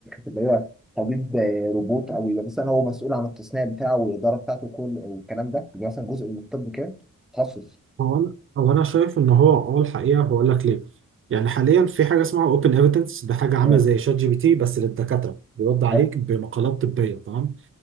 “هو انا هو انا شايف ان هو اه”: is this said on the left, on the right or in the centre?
Right